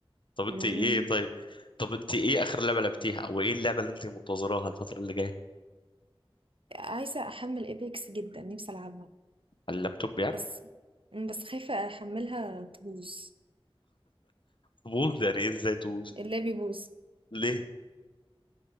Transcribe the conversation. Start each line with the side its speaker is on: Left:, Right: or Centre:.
Left: طب انت
Right: امم
Left: ايه طيب طب انت ايه اخر لعبه لعبتيها او ايه اللعبه اللي انت منتظراها الفتره اللي جايه
Right: عايزه احمل ايبكس جدا نفسي العبها
Left: على اللابتوب يعني
Right: بس مم، بس خايفه احملها تبوظ
Left: تبوظ يعني ايه ازاي تبوظ
Right: اللاب يبوظ
Left: ليه